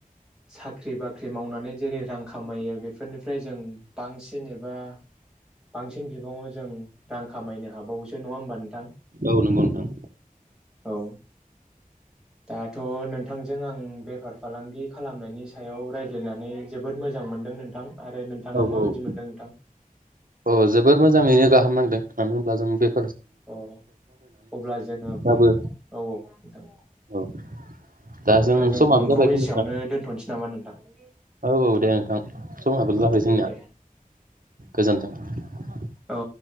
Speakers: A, in the centre; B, on the right.
A: साख्रि बाख्रि मावनानै जेरै रां खामायो बेफोरनिफ्राय जों बांसिन एबा बांसिन बिबाङाव जों रां खामायनो हाबावोसो नङा होमबा नोंथां?
B: औ नंगौ नोंथां।
A: औ दाथ' नोंथांजों आं बेफार फालांगि खालामनायनि सायाव रायज्लायनानै जोबोद मोजां मोनदों नोंथां आरो नोंथाङा
B: औ
A: माबायदि
B: औ
A: मोनदों नोंथां?
B: अ जोबोद मोजाङैनो गाहाम नांदों मानो होनब्ला जों बे
A: अ अब्ला जोङो फन,
B: बाबो
A: औ औ नोंथां,
B: औ दा
A: अब्ला जों
B: समाबो
A: फनखौ
B: जाबायमोन
A: एसेयावनो
B: नोंथां
A: दोन्थ'नोसै नामा नोंथां?
B: औ औ दे नोंथां समाबो जाबाय
A: औ औ
B: जोंनिया
A: दे
B: गोजोन्थों। <unintelligible>
A: औ।